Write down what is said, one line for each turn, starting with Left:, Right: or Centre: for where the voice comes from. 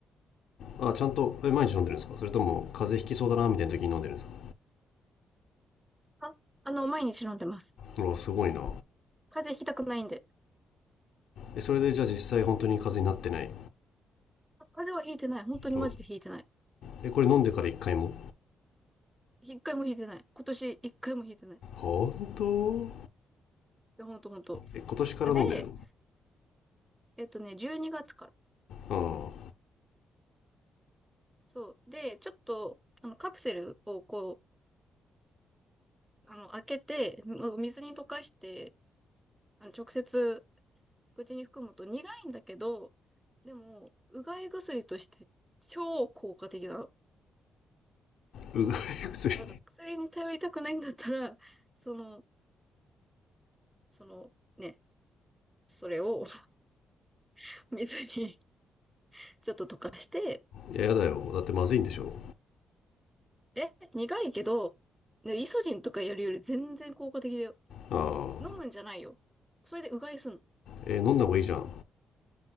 Left: あ、ちゃんと、え、毎日飲んでるんですかそれとも、風邪ひきそうだな、みたいな時に飲んでるんですか
Centre: あ、あの、毎日飲んでます。
Left: うわ、すごいな。
Centre: 風邪ひきたくないんで。
Left: え、それで、じゃあ実際、本当に風邪になってない。
Centre: あ風邪はひいてない。本当にマジでひいてない。
Left: うんえ、これ飲んでから一回も
Centre: 一回もひいてない。今年一回もひいてない。い
Left: 本当
Centre: や、ほんとほんと。
Left: え、今年から飲んでる
Centre: で、えっとね、12月から。
Left: のああ、
Centre: そう。で、ちょっと、あの、カプセルをこう、あの、開けて、もう水に溶かして、あの、直接口に含むと苦いんだけど、でも、うがい薬として超効果的なの。
Left: うがい <laughs> 薬。
Centre: なんか薬に頼りたくないんだったら、
Left: い
Centre: その、そのね、それを <laughs> 水に <laughs> ちょっと溶かして、
Left: や、やだよ。だってまずいんでしょ
Centre: え、苦いけど、ねイソジンとかやるより全然効果的だよ。
Left: ああ、
Centre: 飲むんじゃないよ。それでうがいすんの。
Left: え、飲んだ方がいいじゃん。